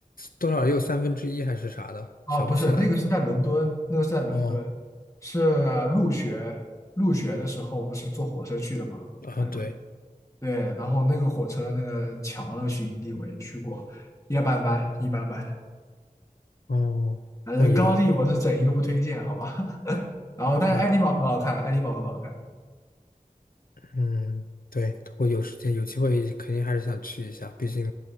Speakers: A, on the left (about 75°); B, on the left (about 20°).
A: 多少又三分之一还是啥的？
B: 哦，
A: 想不起来。
B: 不是，那个是在伦敦，那个是在伦敦，
A: 哦
B: 是入学入学的时候不是坐火车去的吗？
A: 啊，
B: 哈利波特，
A: 对
B: 对，然后那个火车那个桥那个取景地我也去过，一般般，一般般，
A: 哦，
B: 反正高地我是整一个不推荐，
A: 那有
B: 好吧？<laughs> 然后但是爱丁堡很好看，
A: 这样。
B: 爱丁堡很好看，
A: 嗯，对，我有时间有机会肯定还是想去一下，毕竟